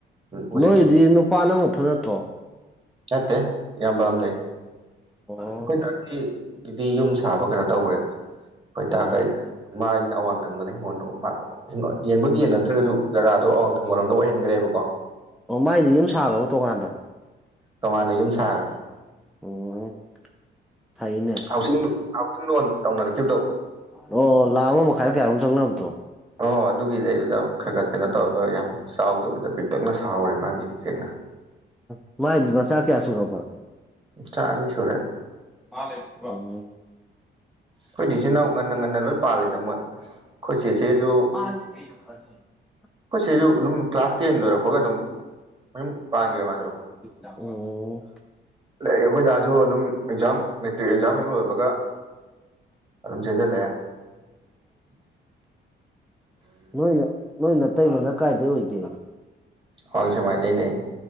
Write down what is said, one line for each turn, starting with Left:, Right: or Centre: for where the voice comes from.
Right: ꯍꯧꯖꯤꯛꯀꯤ
Centre: ꯅꯣꯏꯗꯤ ꯅꯨꯄꯥ ꯅꯪ ꯅꯊꯟ ꯅꯠꯇ꯭ꯔꯣ
Right: ꯅꯠꯇꯦ ꯏꯌꯥꯝꯕ ꯑꯝ ꯂꯩ
Centre: ꯑꯣ
Right: ꯑꯈꯣꯏꯗꯥ ꯒꯤ <unintelligible> ꯕꯤ ꯌꯨꯝ ꯁꯥꯕ ꯀꯩꯅꯣ ꯇꯧꯒ꯭ꯔꯦꯗꯥ ꯈꯣꯏ
Centre: ꯑꯣ
Right: ꯗꯥꯒ ꯑꯩꯒ ꯃꯥꯒꯤꯅ ꯑꯋꯥꯡ ꯊꯪꯕꯗ ꯍꯤꯡꯒꯣꯟꯗꯣ ꯃꯥ ꯍꯤꯡꯒꯣꯟ ꯌꯦꯟꯕꯨꯗꯤ ꯌꯦꯟꯅꯗ꯭ꯔꯒꯖꯨ ꯖꯒꯥꯗꯣ ꯑꯋꯥꯡ ꯊꯪꯕꯔꯣꯝꯗ ꯑꯣꯏꯍꯟꯒ꯭ꯔꯦꯕꯀꯣ
Centre: ꯑꯣ ꯃꯥꯏꯗꯤ ꯌꯨꯝ ꯁꯥꯒ꯭ꯔꯕꯣ ꯇꯣꯉꯥꯟꯅ
Right: ꯇꯣꯉꯥꯟꯅ ꯌꯨꯝ ꯁꯥꯒ꯭ꯔꯦ
Centre: ꯑꯣ ꯐꯩꯅꯦ
Right: ꯍꯥꯎꯁꯤꯡ ꯍꯥꯎꯁꯤꯡ ꯂꯣꯟ ꯇꯧꯅꯔꯛꯈꯤꯕꯗꯣ
Centre: ꯑꯣ ꯂꯥꯛ ꯑꯃ ꯃ ꯈꯥꯏꯔ ꯀ꯭ꯌꯥ ꯅꯣꯝ ꯆꯪꯅꯕꯗꯣ <unintelligible>
Right: ꯑꯣ ꯑꯗꯨꯒꯤꯗꯩꯗꯨꯗ ꯈꯔ ꯈꯔ ꯀꯩꯅꯣ ꯇꯧꯔꯒ ꯌꯥꯝ ꯆꯥꯎꯗꯕꯤꯗ ꯄꯤꯛꯇꯛꯅ ꯁꯥꯍꯧꯔꯦ ꯃꯥꯒꯤ ꯆꯦꯡꯅ
Centre: <inaudible> <unintelligible> ꯃꯥꯏꯗꯤ ꯃꯆꯥ ꯀꯈꯌꯥ ꯁꯨꯔꯕ
Right: ꯃꯆꯥ ꯑꯅꯤ ꯁꯨꯔꯦ
Centre: ꯃꯥꯜꯂꯩ <unintelligible>
Right: ꯑꯈꯣꯏꯗꯤ ꯏꯆꯤꯜ ꯏꯅꯥꯎ ꯉꯟꯅ ꯉꯟꯅ ꯂꯣꯏ ꯄꯥꯜꯂꯤꯗ ꯃꯣꯏ ꯑꯩꯈꯣꯏꯆꯦꯆꯦꯖꯨ
Centre: ꯃꯥ ꯖꯤ ꯀꯩꯅꯣ <unintelligible>
Right: ꯑꯩꯈꯣꯏ ꯆꯦꯁꯨ ꯑꯗꯨꯝ ꯀ꯭ꯂꯥꯁ ꯇꯦꯟ ꯂꯣꯏꯔꯛꯄꯒ ꯑꯗꯨꯝ ꯃꯌꯨꯝ ꯄꯥꯟꯒ꯭ꯔꯦ ꯃꯥꯖꯨ
Centre: ꯑꯣ
Right: <unintelligible> ꯑꯩꯈꯣꯏ ꯗꯥꯁꯨ ꯑꯗꯨꯝ ꯑꯦꯛꯖꯥꯝ ꯃꯦꯇ꯭ꯔꯤꯛ
Centre: <unintelligible>
Right: ꯑꯦꯛꯖꯥꯝ ꯍꯦꯛ ꯂꯣꯏꯕꯒ ꯑꯗꯨꯝ ꯆꯦꯟꯁꯤꯜꯂꯛꯑꯦ
Centre: ꯅꯣꯏꯅ ꯅꯣꯏ ꯅꯇꯩꯃꯅ ꯀꯥꯏꯗꯩ ꯑꯣꯏꯒꯦ
Right: ꯑꯋꯥꯛ ꯁꯦꯛꯃꯥꯏꯗꯩꯅꯦ